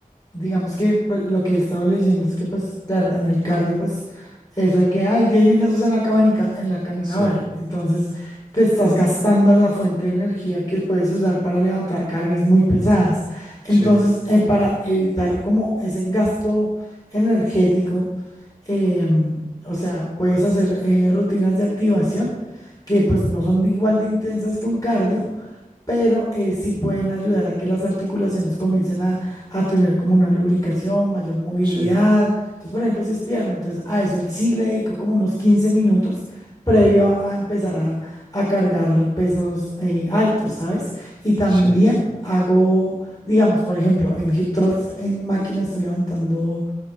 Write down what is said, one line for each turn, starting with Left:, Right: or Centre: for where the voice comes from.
Left: digamos que pues, lo que he estado leyendo es que, pues, claro, en el cardio, pues, eso de que hay 10 minutos en la cabanica, en la caminadora,
Right: Sí,
Left: entonces te estás gastando la fuente de energía que puedes usar para levantar cargas muy pesadas. Entonces,
Right: sí,
Left: eh, para evitar como ese gasto energético, em, o sea, puedes hacer eh, rutinas de activación que pues no son igual de intensas que un cardio, pero eh, sí pueden ayudar a que las articulaciones comiencen a, a tener como una lubricación, mayor movilidad.
Right: sí,
Left: Entonces, por ejemplo, si es pierna, entonces a eso sí le dedico como unos 15 minutos previo a empezar a, a cargar pesos eh, altos, ¿sabes? Y también
Right: sí.
Left: hago, digamos, por ejemplo, en hip thrust, en máquina estoy levantando